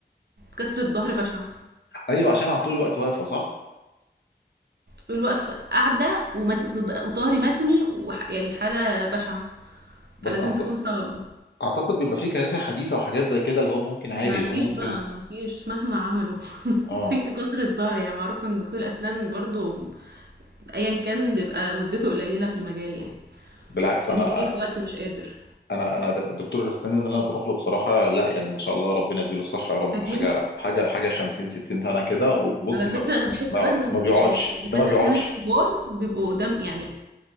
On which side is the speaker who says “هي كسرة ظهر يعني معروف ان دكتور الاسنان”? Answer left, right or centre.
Right